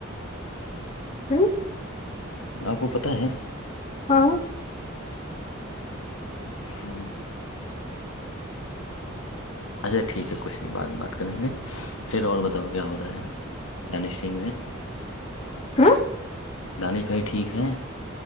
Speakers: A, on the left (about 30°); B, on the left (about 85°).
A: ہوں
B: آپ کو پتہ ہے
A: ہاں
B: ہ ہ اچھا ٹھیک ہے کچھ نہیں بات بات کریں گے پھر اور بتاؤ کیا ہو رہا ہے د نشٹیک ہے
A: تو
B: دانش بھائی ٹھیک ہیں